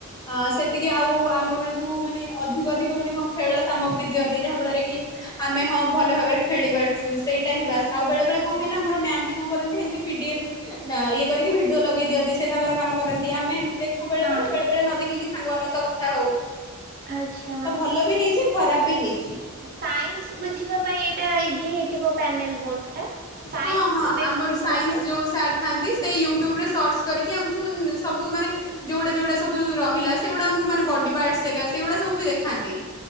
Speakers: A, on the left; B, on the right.
A: ଆ ସେତିକି ଆଉ ଆମ ବେଳକୁ ମାନେ ଅଧିକ ଅଧିକ ମାନେ କଣ ଖେଳ ସାମଗ୍ରୀ ଦିଅନ୍ତି ଯାହା ଫଳରେ କି ଆମେ ହଁ ଭଲ ଭାବରେ ଖେଳି ପାରୁଛୁ ସେଇଟା ହିଁ
B: ହଁ
A: ବାସ୍ ଆଉ ବେଳେ ବେଳେ କଣ ହୁଏ ନା ଆମର ମ୍ୟାମ୍ ବି କଣ କରନ୍ତି ଏମିତି ପି ଡି ଏଫ୍ ଡା ଇଏ କରିକି ଭିଡିଓ ଲଗେଇ ଦିଅନ୍ତି ସେ ତାଙ୍କର କାମ କରନ୍ତି ଆମେ ଏମିତି ଦେଖୁ। ଆଉ ବେଳେ
B: ହଁ।
A: ବେଳେ ବେଳେ ବେଳେ ନ ଦେଖିକି ସାଙ୍ଗମାନଙ୍କ ସହ କଥା ହଉ।
B: ଆଚ୍ଛା
A: ତ ଭଲ ବି ହେଇଛି ଖରାପ୍ ବି ହେଇଛି।
B: ସାଇନ୍ସ୍ ବୁଝିବା ପାଇଁ ଏଇଟା ଇଜି ହେଇଥିବ ପ୍ୟାନେଲ୍ ବୋର୍ଡ ଟା। ସାଇନ୍ସ
A: ହଁ ହଁ
B: ବେଶୀ
A: ଆମର
B: ବୁଝିବା
A: ସାଇନ୍ସ୍
B: ପାଇଁ
A: ଯୋଉ ସାର୍ ଥାଆନ୍ତି ସେଇ ୟୁଟ୍ୟୁବରେ ସର୍ଚ୍ଚ କରିକି ଆମକୁ ନ ସବୁ ମାନେ ଯୋଉଡ଼ା ଯୋଉଡ଼ା ସବୁ ରହିଲା ସେଗୁଡ଼ାଁ ମୁମାନେ ବଡିପାର୍ଟସ ସେଗା ସେଗୁଡ଼ାକ ସବୁବି ଦେଖାନ୍ତି।